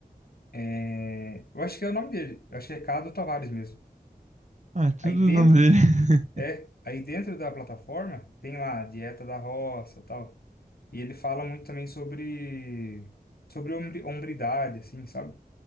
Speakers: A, on the left (about 70°); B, on the right (about 45°).
A: É... Eu acho que é o nome dele. Eu acho que é Cado Tavares mesmo.
B: Ah, é tudo
A: Aí dentro,
B: o nome dele. <laughs>
A: é, aí dentro da plataforma tem lá a dieta da roça, tal. E ele fala muito também sobre sobre hombri- hombridade, assim, sabe?